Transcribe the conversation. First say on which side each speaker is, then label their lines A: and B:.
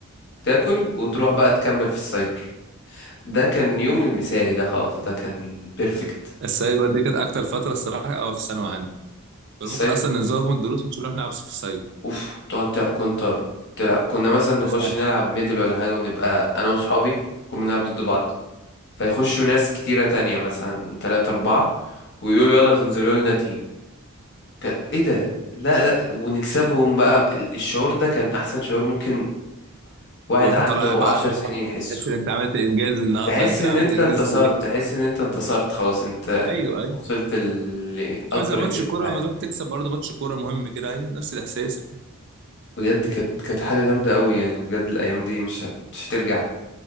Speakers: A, on the left (about 55°); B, on the right (about 55°).
A: تاكل وتروح بقى تكمل في السايبر ده كان يوم المثالي ده خلاص ده كان البيرفكت
B: السايبر دي كانت اكتر فتره الصراحه اه في الثانوي عندي كنا
A: السايبر
B: ممكن اصلا نزوغ من الدروس مش نروح نلعب في السايبر
A: اوف تقعد تلعب كونتر تلعب كنا مثلا نخش
B: <laughs>
A: نلعب ميدل ولا حاجه ونبقى انا وصحابي كنا بنلعب ضد بعض فيخشوا ناس كتيره تانية مثلا تلاتة اربعة ويقولوا يلا تنزلوا لنا تيم كان ايه ده لا لا ونكسبهم بقى ال- الشعور ده كان احسن شعور ممكن واحد
B: تبقى
A: عنده
B: طالع بقى
A: عشر
B: فرحان
A: سنين يحسه
B: تحس ان انت عملت انجاز النهارده
A: تحس
B: انا كده
A: ان
B: عملت
A: انت
B: انجاز
A: انتصرت
B: في ايوه
A: تحس ان انت انتصرت خلاص انت انت
B: أيوه.
A: وصلت ل- لاكبر
B: عامل زي ماتش
A: انجاز
B: كوره
A: في حياتك
B: لما تروح تكسب برضه ماتش كوره مهم كده ايوه نفس الاحساس
A: بجد كانت كانت حاجه جامده قوي يعني بجد الايام دي مش هت... مش هترجع